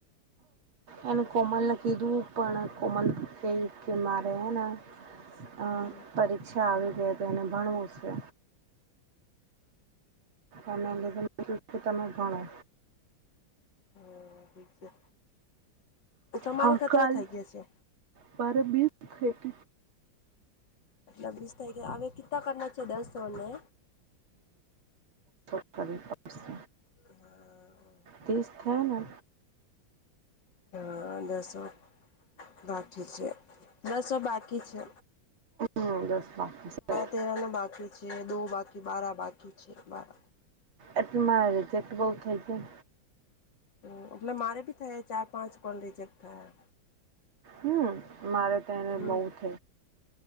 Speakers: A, on the right (about 85°); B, on the left (about 60°).
A: એને કોમલને કીધું પણ કોમલ કઈ કે મારે હને અ
B: હમ
A: પરીક્ષા આવી ગઈ તો મને ભણવું શે અનેમે <unintelligible> તમે ભણો
B: હમ ઠીક છે તો તમારે
A: હકાલ
B: કતરા થઈ ગયા છે
A: પરબીસ થ
B: એટલ વીસ તારીખે હવે કેટલા કરના છે દસો ને
A: <inaudible>
B: હમ.
A: દિવસ થાયને
B: હા દસો બાકી છે, બસો બાકી છે.
A: હમ દસ બાકી છે.
B: તે અને બાકી છે, દો બાકી બારા બાકી છે, બા
A: એટલે મારે રિજેક્ટ બોવ થઈ ગાય
B: હ એટલે મારે ભી થયા ચાર પાંચ કોલ રિજેક્ટ થયા
A: હમ મારે તેને
B: હમ
A: બહુ થ